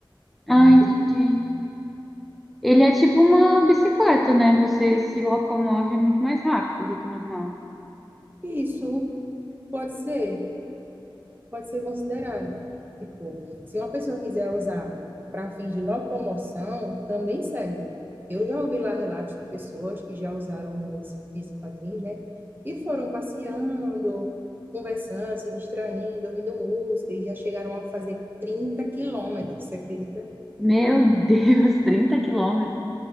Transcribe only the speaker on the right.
é muito
Isso pode ser, pode ser considerado. Tipo, se uma pessoa quiser usar para fins de locomoção, também serve. Eu já ouvi lá relatos de pessoas que já usaram esse, esse patins, né? E foram passeando, conversando, se distraindo, ouvindo música, e já chegaram a fazer 30 quilômetros, você acredita?